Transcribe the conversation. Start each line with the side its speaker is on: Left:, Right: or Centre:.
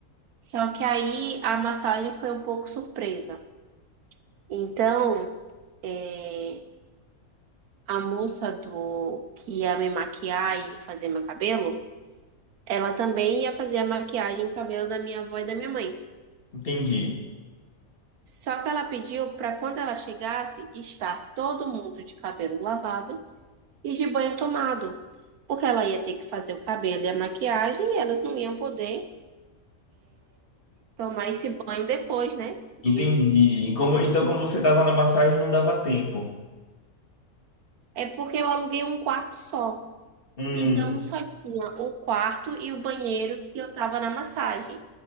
Right: Só que aí a massagem foi um pouco surpresa. Então, eh, a moça do que ia me maquiar e fazer meu cabelo, ela também ia fazer a maquiagem e o cabelo da minha avó e da minha mãe.
Left: entendi,
Right: Só que ela pediu para quando ela chegasse, estar todo mundo de cabelo lavado e de banho tomado. porque ela ia ter que fazer o cabelo e a maquiagem e elas não iam poder tomar esse banho depois, né? De...
Left: entendi. E como- então, como você estava na massagem, não dava tempo.
Right: É porque eu aluguei um quarto só.
Left: Hum,
Right: Então só tinha o quarto e o banheiro que eu tava na massagem.